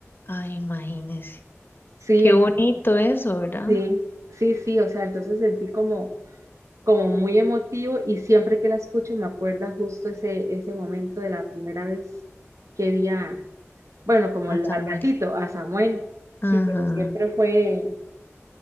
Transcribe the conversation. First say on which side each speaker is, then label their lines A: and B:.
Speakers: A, on the left; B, on the right.
A: Ay, imagínese.
B: Sí,
A: Qué
B: en-
A: bonito eso, ¿verdad?
B: sí, sí, sí, o sea, entonces sentí como, como muy emotivo y siempre que la escucho me acuerda justo ese, ese momento de la primera vez que vi a, bueno, como
A: A
B: al
A: Samuel.
B: al gatito, a Samuel, sí,
A: Ajá,
B: pero siempre fue...